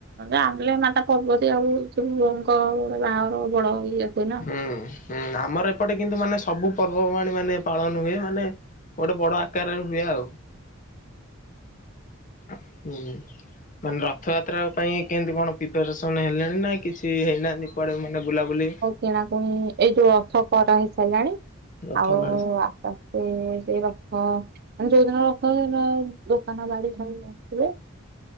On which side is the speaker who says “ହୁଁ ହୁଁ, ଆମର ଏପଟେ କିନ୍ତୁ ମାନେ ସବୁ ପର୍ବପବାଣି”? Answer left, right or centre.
Left